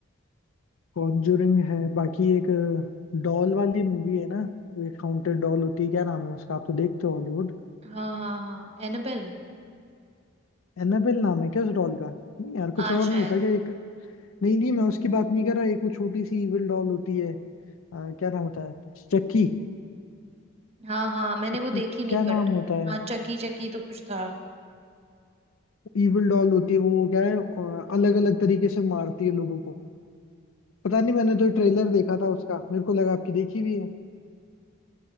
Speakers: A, on the left (about 75°); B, on the right (about 30°).
A: कॉन्जूरिंग है बाकी एक डॉल वाली मूवी है ना एक हाउंटेड डॉल होती है क्या नाम है उसका आप तो देखते हो हॉलीवुड
B: हाँ हाँ हाँ एनाबेल
A: एनाबेल नाम है क्या उस डॉल का नहीं यार
B: हाँ
A: कुछ और
B: शायद
A: नहीं होता क्या एक नहीं नहीं मैं उसकी बात नहीं कर रहा एक वो छोटी सी इविल डॉल होती है अ, क्या नाम होता है चक्की
B: हाँ हाँ मैंने
A: चक्की
B: वो देखी नहीं
A: क्या
B: बट
A: नाम होता है
B: हाँ चकी चकी तो कुछ था
A: इविल डॉल होती है वो क्या है अलग अलग तरीके से मारती है लोगों को पता नहीं मैंने तो ट्रेलर देखा था उसका मेरे को लगा आपकी देखी हुई है